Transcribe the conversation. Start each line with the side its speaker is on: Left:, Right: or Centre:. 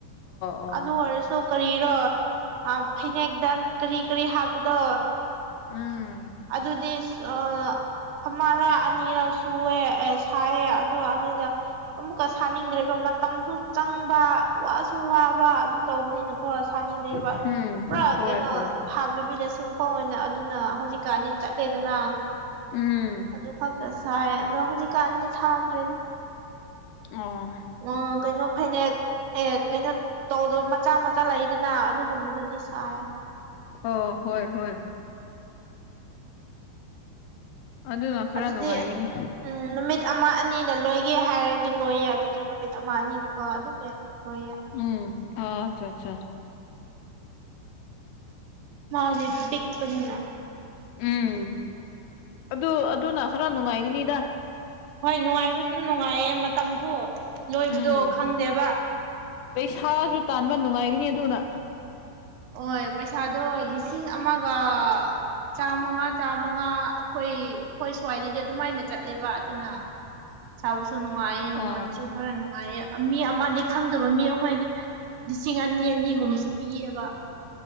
Left: ꯑꯣ
Right: ꯑꯗꯨ ꯑꯣꯏꯔꯁꯨ ꯀꯔꯤꯔꯣ ꯐꯅꯦꯛꯛꯇ ꯀꯔꯤ - ꯀꯔꯤ ꯍꯥꯞꯄꯗꯣ
Left: ꯎꯝ
Right: ꯑꯗꯨꯗꯤ ꯑ ꯑꯃꯔ ꯑꯅꯤꯔ ꯁꯨꯑꯦ ꯑꯦ ꯁꯥꯏꯌꯦ ꯑꯗꯣ ꯑꯗꯨꯗ ꯑꯃꯨꯛꯀ ꯁꯥꯅꯤꯡꯗ꯭ꯔꯦꯕ ꯃꯇꯝꯁꯨ ꯆꯪꯕ ꯋꯥꯁꯨ ꯋꯥꯕ ꯑꯗꯨ ꯇꯧꯕꯅꯤꯅꯀꯣ ꯍꯣ ꯁꯥꯅꯤꯡꯗꯦꯕ
Left: ꯎꯝ
Right: ꯄꯨꯔꯥ
Left: ꯍꯣꯏ
Right: ꯀꯩꯅꯣ
Left: ꯍꯣꯏ
Right: ꯍꯥꯞꯗꯕꯤꯗ ꯁꯤꯝꯄꯜ ꯑꯣꯏꯅ ꯑꯗꯨꯅ ꯀꯅꯤ ꯆꯠꯂꯦꯗꯅ
Left: ꯎꯝ
Right: ꯑꯗꯨ ꯈꯛꯇ ꯁꯥꯏ ꯑꯗꯣ ꯍꯧꯖꯤꯛꯀꯥꯟꯗꯤ ꯊꯥꯗ꯭ꯔꯦꯗ
Left: ꯑꯣ
Right: ꯎ ꯀꯩꯅꯣ ꯐꯅꯦꯛ ꯑꯦ ꯀꯩꯅꯣ ꯇꯧꯗꯕ ꯃꯆꯥ ꯃꯆꯥ ꯂꯩꯥꯗꯅ ꯑꯗꯨꯒꯨꯝꯕꯗꯨꯗꯤ ꯁꯥꯏ
Left: ꯑꯣ ꯍꯣꯏ - ꯍꯣꯏ ꯑꯗꯨꯅ ꯈꯔ
Right: ꯑꯗꯨꯗꯤ
Left: ꯅꯨꯡꯉꯥꯏꯒꯤꯅꯤ
Right: ꯎꯝ ꯅꯨꯃꯤꯠ ꯑꯃ ꯑꯅꯤꯗ ꯂꯣꯏꯒꯦ ꯍꯥꯏꯔꯗꯤ ꯂꯣꯏꯌꯦ ꯑꯗꯨꯗꯤ ꯅꯨꯃꯤꯠ ꯑꯃ ꯑꯅꯤꯗꯨꯀꯣ ꯑꯗꯨꯝ ꯂꯣꯌꯥ
Left: ꯎꯝ ꯑꯆꯥꯆꯥ ꯑꯆꯥ
Right: ꯃꯥꯗꯤ ꯄꯤꯛꯄꯅꯤꯅ
Left: ꯎꯝ ꯑꯗꯨ ꯑꯗꯨꯅ ꯈꯔ ꯅꯨꯡꯉꯥꯏꯒꯅꯤꯗ
Right: ꯍꯣꯏ ꯅꯨꯡꯉꯥꯏꯕꯁꯨ ꯅꯨꯡꯉꯥꯏꯌꯦ ꯃꯇꯝꯁꯨ ꯂꯣꯏꯕꯗꯣ
Left: ꯎꯝ
Right: ꯈꯪꯗꯦꯕ
Left: ꯄꯩꯁꯥꯁꯨ ꯇꯥꯟꯕ ꯅꯨꯡꯉꯥꯏꯒꯅꯤ ꯑꯗꯨꯅ
Right: ꯑꯣꯏ ꯄꯩꯁꯥꯗꯣ ꯂꯤꯁꯤꯡ ꯑꯃꯒ ꯆꯥꯃꯉꯥ ꯆꯥꯃꯉꯥ ꯑꯩꯈꯣꯏ ꯍꯣꯏ ꯁ꯭ꯋꯥꯏꯗꯗꯤ ꯑꯗꯨꯃꯥꯏꯅ ꯆꯠꯂꯦꯕ ꯑꯗꯨꯅ ꯁꯥꯕꯁꯨ ꯅꯨꯡꯉꯥꯏꯌꯦ
Left: ꯑ
Right: ꯃꯃꯜꯁꯨ ꯈꯔ ꯅꯨꯡꯉꯥꯏꯌꯦ ꯃꯤ ꯑꯃꯗꯤ ꯈꯪꯗꯕ ꯃꯤ ꯑꯩꯈꯣꯏꯗꯤ ꯂꯤꯁꯤꯡ ꯑꯅꯤ - ꯑꯅꯤ ꯒꯨꯝꯁꯨ ꯄꯤꯌꯦꯕ